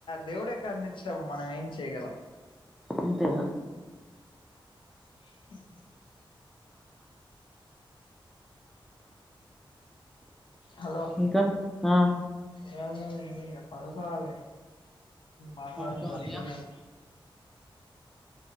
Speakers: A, on the left; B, in the centre.
A: దేవుడే కరణించినప్పుడు మనం ఏం చేయగలం.
B: అంతేనా
A: అ <inaudible> హలో
B: ఇంకా ఆ
A: ఏమున్నది ఏమిలేదు ఇక చెప్పాలి ఇగ పడుకోవాలి. మాట్లాడింది
B: పడుకోవాలిగా
A: సరిపోయిందనిక.